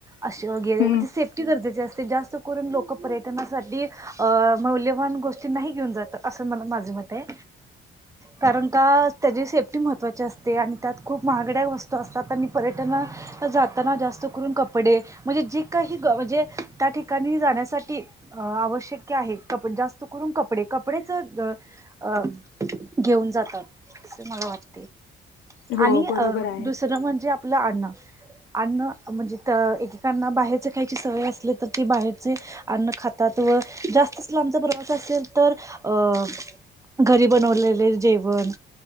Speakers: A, on the right (about 15°); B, on the left (about 70°).
A: अशे वगैरे
B: हम्म
A: म्हणजे सेफ्टी गरजे अस जास्त करून लोक पर्यटनासाठी आ मौल्यवान गोष्टी नाही घेऊन जात, असं मला माझ मत आहे. कारण का त्याची सेफ्टी महत्त्वाची असते आणि त्यात खूप महागड्या वस्तू असतात आणि पर्यटनला जाताना जास्त करून कपडे म्हणजे जे काही ग म्हणजे त्या ठिकाणी जाण्यासाठी आवश्यक आहे कपडे जास्त करून कपडे कपडेचं अ घेऊन जातात अस मला वाटते
B: हो
A: आणि
B: बरोबर
A: अ
B: आहे
A: दुसरं म्हणजे आपलं अन्न अन्न म्हणजे त एकेकांना बाहेरचे खायची सवय असली तर ते बाहेरचे अन्न खातात व जास्तच लांबचा प्रवास असेल तर अ घरी बनवलेले जेवण.